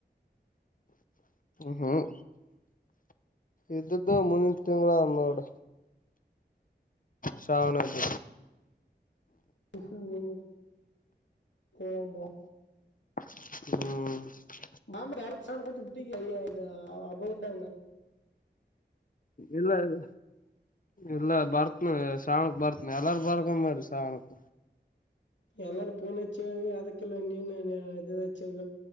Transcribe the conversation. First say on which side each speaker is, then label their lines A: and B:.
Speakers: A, on the left; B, on the left.
A: ಹ್ಮ್ ಇದ್ದ್ದು ಮುಂದಿನ ತಿಂಗಳ ನೋಡು ಶಾವನದು
B: ಹ್ಮ್ಮ ಕ
A: ಹ್ಮ್
B: ಬಂಬ ಅವ ಸಾಣ ಕ ಬಿಟ್ಟ ಯ್ಯ ಇದು ಅಬ್ಬೋಗಟ್ಟಂಗ
A: ಇಲ್ಲ ಇಲ್ಲ ಇಲ್ಲ ಬರ್ತ್ನ ಶ್ರಾವಣಕ್ ಬರ್ತ್ನ ಎಲ್ಲಾರು ಬರ್ಕ ಮರಿ ಶ್ರಾವಣಕ್
B: ಎಲ್ಲಾರು ಪಣ ಚಳ್ ಅದಕ್ಕೆಲ್ಲ ಇನ್ನ ಎಳಂತ